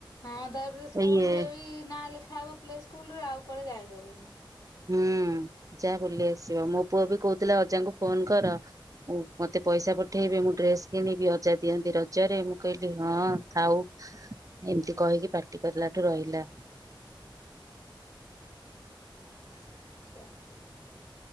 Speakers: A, on the left; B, on the right.
A: ହଁ ତାପରେ ସ୍କୁଲ
B: ଇଏ
A: ରେ ବି ନାଁ ଲେଖା ହବ ପ୍ଲେସ୍ ସ୍କୁଲ ରେ ଆଉ କୁଆଡେ ଯାଇ ହବନି।
B: ହୁଁ ଯା ବୁଲି ଆସିବ ମୋ ପୁଅ ବି କହୁଥିଲା ଅଜାଙ୍କୁ ଫୋନ କର ମୁ ମତେ ପଇସା ପଠେଇବି ମୁଁ ଡ୍ରେସ କିଣିବି ଅଜା ଦିଅନ୍ତି ରଜରେ ମୁଁ କହିଲି ହଁ ଥାଉ ଏମିତି କହିକି ପାର୍ଟି କରିଲା ଠୁ ରହିଲା।
A: ଆଚ୍ଛା।